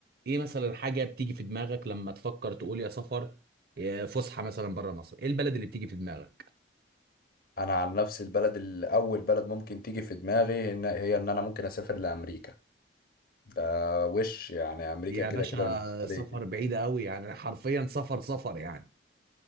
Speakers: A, on the right (about 50°); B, on the left (about 50°).
A: ايه مثلا حاجة بتيجي في دماغك لما تفكر تقول يا سفر يا فسحة مثلا بره مصر ايه البلد اللي بتيجي في دماغك
B: أنا عن نفسي البلد الأول بلد ممكن تيجي في دماغي إن- هي إن أنا ممكن أسافر لأمريكا ده وش يعني امريكا
A: يا
B: كده
A: باشا
B: كده آه. بالنسبه
A: سفر
B: لي
A: بعيدة قوي يعني حرفيا سفر سفر يعني